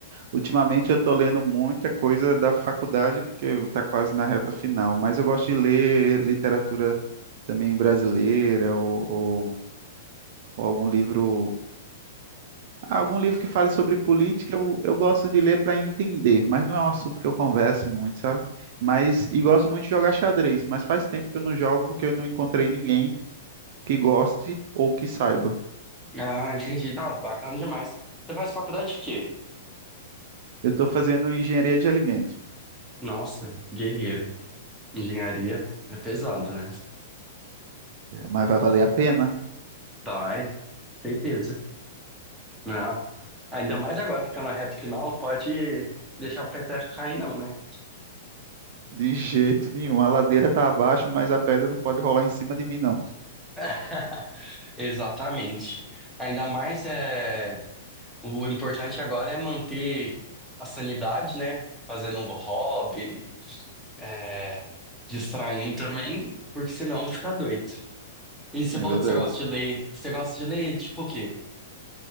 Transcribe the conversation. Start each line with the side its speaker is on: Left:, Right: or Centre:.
Right: Ultimamente eu estou lendo muita coisa da faculdade, porque está quase na reta final, mas eu gosto de ler literatura também brasileira ou, ou- ou algum livro. ah, Algum livro que fale sobre política, eu, eu gosto de ler para entender, mas não é um assunto que eu converso muito, sabe? Mas, e gosto muito de jogar xadrez, mas faz tempo que eu não jogo porque eu não encontrei ninguém que goste ou que saiba.
Centre: Ah, entendi. Não, bacana demais. Você faz faculdade de quê?
Right: Eu estou fazendo engenharia de alimento,
Centre: Nossa, guerreiro. Engenharia é pesado, né?
Right: mas vai valer a pena?
Centre: Vai, certeza. né? Ainda mais agora que tá na reta final, pode deixar o peteco cair, não, né?
Right: De jeito nenhum. A ladeira tá abaixo, mas a pedra não pode rolar em cima de mim, não.
Centre: <laughs> Exatamente. Ainda mais é o importante agora é manter a sanidade, né? Fazendo um hobby, é, distraindo também, porque senão fica doido. E você
Right: É
Centre: falou
Right: verdade.
Centre: que você gosta de ler. Você gosta de ler tipo o quê?